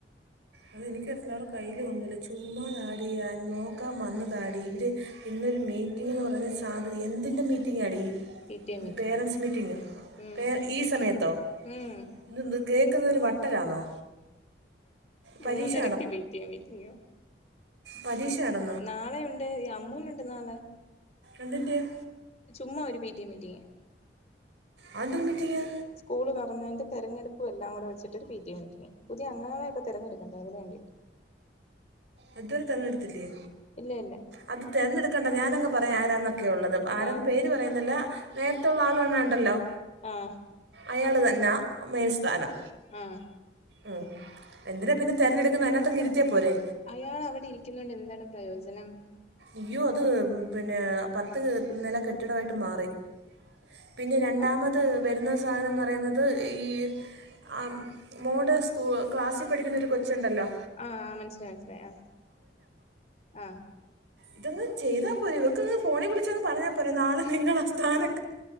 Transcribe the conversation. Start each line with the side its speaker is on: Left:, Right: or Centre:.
Right: അത് എനിക്ക് അറിയത്തില്ല അവരുടെ കയ്യിൽ ഒന്നില്ല ചുമ്മാ താടി നോക്കാൻ വന്ന താടി ഇവരെ ഇന്നൊരു മീറ്റിംഗ എന്ന് പറയുന്ന സാധ്യ എന്തിന്റെ മീറ്റിംഗാടി.
Left: P T A meeting
Right: parents മീറ്റിംഗോ
Left: ഉം
Right: പേ ഈ സമയത്തോ.
Left: ഉം
Right: ഇതെന്തുവാ കേൾക്കുന്നവര് വട്ടരാണോ. പരീക്ഷ
Left: മൂന്നരക്ക് പിടിഎ മീറ്റിംഗോ
Right: പരീക്ഷയാണ
Left: നാളെയുണ്ട് അമ്മൂനുണ്ട് നാളെ
Right: എന്തിന്റെയാ
Left: ചുമ്മാ ഒരു പീറ്റിയേ മീറ്റിംഗ്.
Right: ആത് എന്തൊരു മിറ്റിഗാ.
Left: സ്കൂൾ തുറന്നതിന് തെരഞ്ഞെടുപ്പ് എല്ലാംകൂടി വെച്ചിട്ട് ഒരു പിടിഎ മീറ്റിംഗ് പുതിയ ആളെ ഒക്കെ തിരഞ്ഞെടുക്കേണ്ട അതിനുവേണ്ടി
Right: അതിതോരേ തേറഞ്ഞടുത്തില്ലേ
Left: ഇല്ല ഇല്ല
Right: അത് തേരഞ്ഞെടുക്കേണ്ട ഞാനങ് പറയാം ആരാന്നൊക്കെ ഉള്ളത് ആരാ
Left: ആഹ്
Right: പേര് ര് പറയുന്നില്ല നേരത്തുള്ള ആള് വന്ന ണ്ടല്ലോ.
Left: ആഹ
Right: അയാള് തന്നാ മെയിൻ സ്ഥാനം
Left: ആഹ്
Right: ഉ എന്തിനാ പിന്നെ തേരഞ്ഞെടുക്കുന്നേ അയിനകത്ത്ങ്ങ് ഇരുത്തിയ പോരെ
Left: അയാള് അവിടെ ഇരിക്കുന്നോണ്ട് എന്താണ് പ്രയോജനം
Right: അയ്യോ അത് പിന്നെ പത്ത് നേല കെട്ടിടമായിട്ട് മാറി പിന്നെ രണ്ടാമത്
Left: ഏഹ്
Right: വരുന്ന സാധനംന്ന് പറയുന്നത് ഈ ആഹ് മോഡ് സ്കൂ ക്ലാസ്സിൽ പഠിക്കുന്ന ഒരു കൊച്ചുണ്ടല്ലോ
Left: ആഹ് മനസ്സിലായി മനസ്സിലായി ആ ആഹ്
Right: ഇതങ് ചെയ്താ പോരെ ഇവർക്കങ്ങ് ഫോണിൽ വിളിച്ചങ് പറഞ്ഞാ പോരേ നാളെ നിങ്ങളാ സ്ഥാന